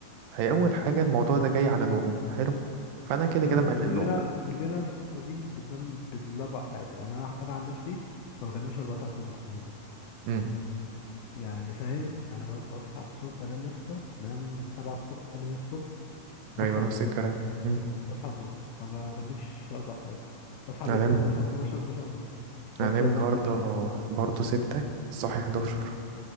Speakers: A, on the right; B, on the left.
A: هي أول حاجة الموضوع ده جاي على نومي حلو فأنا كده
B: ما
A: كده
B: هو
A: مقلل
B: كلنا
A: نومي
B: كلنا الفترة دي بننام بالأربع ساعات يعني أنا أنا عن نفسي ما بكملش أربع ساعات نوم أقسم بالله
A: امم
B: يعني فاهم أنا ببقى أصحى الصبح بنام يا اسطى بنام سبعة الصبح تمانية الصبح بصحى
A: أيوة
B: الظهر
A: نفس الكلام امم
B: بصحى الظهر ما بكملش أربع ساعات بصحى قبل
A: هنام
B: الظهر بصحى 12 12 ونص وأفضل
A: هنام النهاردة
B: نفس الكلام
A: برضه ستة صاحي حداشر